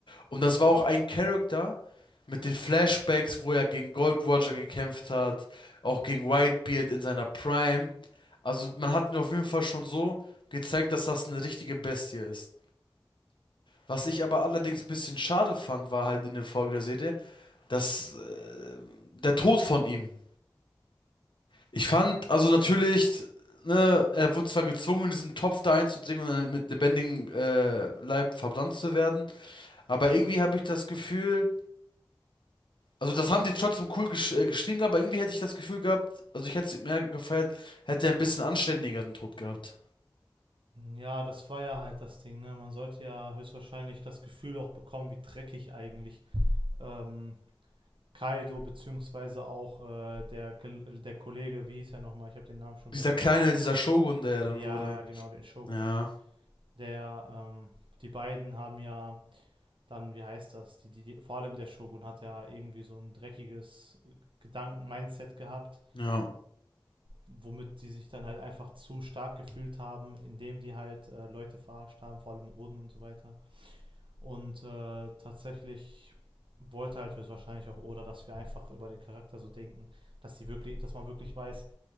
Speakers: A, on the left; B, on the right.
A: Und das war auch ein Charakter mit den Flashbacks, wo er gegen Gold Roger gekämpft hat, auch gegen Whitebeard in seiner Prime. Also man hat mir auf jeden Fall schon so gezeigt, dass das eine richtige Bestie ist. Was ich aber allerdings ein bisschen schade fand, war halt in der Folge der Serie, dass äh, der Tod von ihm. Ich fand, also natürlich, ne, er wurde zwar gezwungen, in diesen Topf da einzudringen und dann mit lebendigem äh, Leib verbrannt zu werden, aber irgendwie habe ich das Gefühl, Also das haben die trotzdem cool gesch äh, geschrieben, aber irgendwie hätte ich das Gefühl gehabt, also ich hätte es mehr gefeiert, hätte er ein bisschen anständigeren Tod gehabt.
B: Ja, das war ja halt das Ding, ne? Man sollte ja höchstwahrscheinlich das Gefühl auch bekommen, wie dreckig eigentlich ähm, Kaido beziehungsweise auch äh, der, der Kollege, wie hieß er nochmal? Ich habe den Namen schon
A: Dieser
B: wieder vergessen.
A: kleine, dieser Shogun, der er
B: Ja,
A: dann wurde.
B: ja, genau, den Shogun,
A: Ja,
B: ja. Der, ähm, die beiden haben ja dann, wie heißt das? Die, die, die, vor allem der Shogun hat ja irgendwie so ein dreckiges Gedanken-Mindset gehabt
A: ja.
B: womit die sich dann halt einfach zu stark gefühlt haben, indem die halt äh, Leute verarscht haben, vor allem Oden und so weiter. Und äh, tatsächlich wollte halt höchstwahrscheinlich auch Oda, dass wir einfach über den Charakter so denken, dass die wirklich, dass man wirklich weiß,